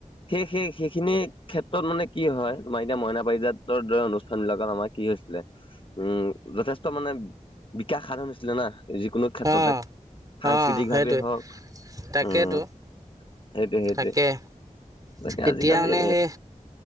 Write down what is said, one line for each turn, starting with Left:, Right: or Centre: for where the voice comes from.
Left: সেই সেই সেইখিনিয়ে ক্ষেত্ৰত মানে কি হয় তোমাৰ এতিয়া মইনা পাৰিজাতৰ দৰে অনুষ্ঠান বিলাকত আমাৰ কি হৈছিলে উম যথেষ্ট মানে বিকাশ সাধন হৈছিলে না যিকোনো ক্ষেত্ৰতে
Right: অ
Left: সাংস্কৃতিক
Right: অ সেইটোৱে
Left: ভাৱে হওঁক
Right: তাকেতো
Left: উম সেইটোৱে সেইটোৱে
Right: তাকে
Left: তাকে
Right: এতিয়া
Left: আজিকালি।
Right: মানে সেই